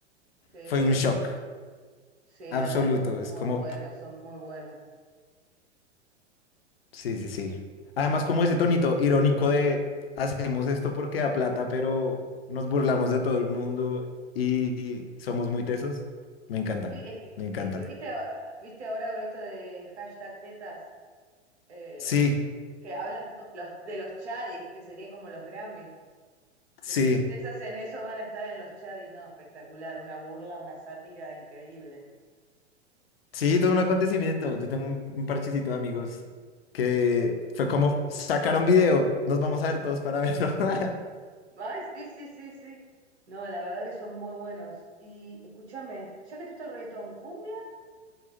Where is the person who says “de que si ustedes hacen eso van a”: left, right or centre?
Right